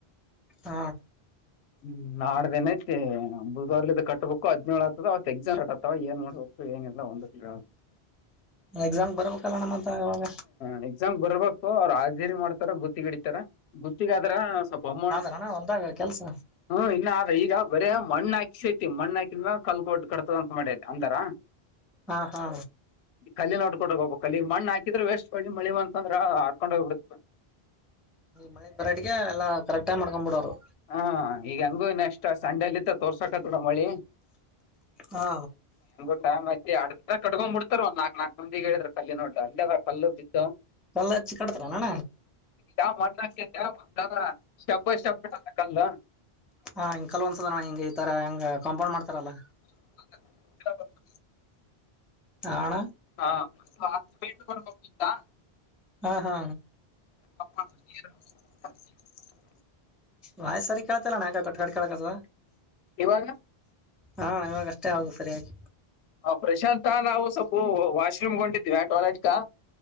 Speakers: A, in the centre; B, on the left (about 80°).
A: ಹ
B: ಹ್ಮ್ ನಾಡ್ದೇನೈಐತೆ ಬುಧವಾರಲಲ್ಲ ಕಬೇಕು ಹದಿನೇಳು ಆತದತ್ ಎಕ್ಸಾಮ್ತವ ಏನ್ ನೋಡ್ಬೇಕು ಏನ ಎಲ್ಲ ಒಂದ ಹ
A: ಎಕ್ಸಾಮ್ ಬರ್ಬೇಕಲ್ಲಣ್ಣ ಮತ್ತ ಅವಾಗ
B: ಹೆಂಗ್ ಬರ್ಬೇಕು ಅವ್ರು ಹಾಜೇರಿ ಮಾಡ್ತಾರ ಗುತ್ತಿಗೆ ಇಡತಾರ ಗುತ್ತಿಗಾದ್ರ ಸ್ವಲ್ಪ ಅಮ್ಮ
A: ನಾನ ಹೊಲ ದಾಗ ಕೆಲ್ಸ
B: ಹ್ಮ್ ಇನ್ನು ಆದ್ರ ಈಗ ಬರೇ ಮಣ್ಣ ಹಾಕ ಶೇತಿ ಮಣ್ಣ ಹಾಕಿದ್ರ ಕಲ್ಗೊಡ್ ಕಡ್ತದ ಅಂತ ಮಾಡೇ ಅಂದಾರ
A: ಹಾ ಹಾ
B: ಕಲ್ಲಿ ನೋಕೊಂಡ ಹೋಗಬ ಕಲ್ಲಿಗೆ ಮಣ್ಣ ಹಾಕಿದ್ರೆ ವಸ್ಟ್ ಮಳಿ ಮ ಅಂತಂದ್ರ ಹರ್ಕೊಂಡೋಗಬ ಬಿಡತ
A: ಮಳೆ ಪರಾಟಿಗೆ ಎಲ್ಲ ಕರೆಕ್ಟಗ್ ಮಾಡ್ಕೊಂಡ್ ಬಿಡರು
B: ಹಾ ಈಗ ಹಂಗ ನೆಕ್ಸ್ಟ್ ಸಂಡೇಲಿತ್ತ ತೋರ್ಸಕತ್ಡಮ್ಮಳಿ
A: ಹಾ
B: ಟ್ ಐತಿ ಅ ಕಕೊಂಡ್ ಬಿಡ್ತಾರ ಒಂದ ನಾಕಕ್ ನಾಕಕ್ ಮಂದಿ ಹೇಳಿದ್ರ ಕಲ್ಲಿ ನೋಡ್ರ ಅೇ ಕಲ್ಲು ಬಿದ್ದು
A: ಕಲ್ಲ ಅ ಚಿ ಕಟ್ತಣ
B: ಯಾವ ಮಣ್ಣಕ್ಕೆವಾರ ಶಬ್ಬ ಶಬಕಲ್ಲ
A: ಹಾ ಕಲ್ ಒಂದ್ಸದ ನ ಹಿಂಗ್ ಈ ತರ ಹೆಂಗ ಕಾಂಪೌಂಡ್ ಮಾಡ್ತಾರಲ್ಲಾ
B: ಹ
A: ನಣ
B: ಹಾಕ ಹಂತಾ
A: ಹಾ ಹಾ
B: ಅ
A: ವಾಯ್ ಸರಿ ಕೇಳ್ತಲ್ಲ ನಾಯಕ ಕಟ್ಕಟ್ ಕೇಳಳ್ಕದ
B: ಇವಾಗ
A: ಹಾ ಇವಾಗಷ್ಟೇ ಆದು ಸರಿಯಾಗಿೆ
B: ಹ ಪ್ರಶಾಂಂತ ನಾವು ಸ್ಲ್ಪ ವಾಶ್ರೂಮ್ಗೊಂಡಿದೀವಿ ಟಾಯ್ಲೆಟ್ ಕಾ